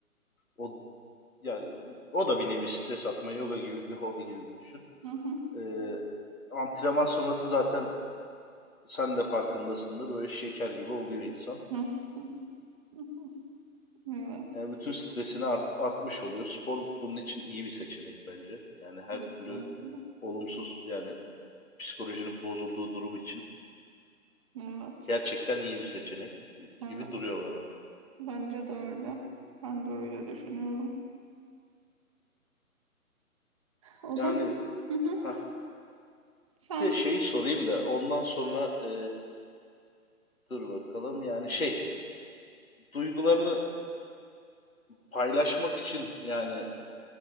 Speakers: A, on the left; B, on the right.
A: o yani o da bir nevi stres atma, yoga gibi bir hobi gibi bir düşün.
B: Hı hı.
A: Ee, antrenman sonrası zaten sen de farkındasındır böyle şeker gibi oluyor insan.
B: Hı hı. Evet.
A: Yani bütün stresini art- atmış oluyor. Spor bunun için iyi bir seçenek bence. Yani her
B: Evet.
A: türlü
B: Bence de.
A: olumsuz yani psikolojinin bozulduğu durum için.
B: Evet.
A: Gerçekten iyi bir seçenek
B: Evet.
A: gibi duruyor bana.
B: Bence de öyle. Ben de öyle düşünüyorum. O
A: Yani
B: zaman hı hı.
A: hah,
B: Sen
A: bir de şeyi sorayım da ondan sonra e, dur bakalım. Yani şey duygularını paylaşmak için yani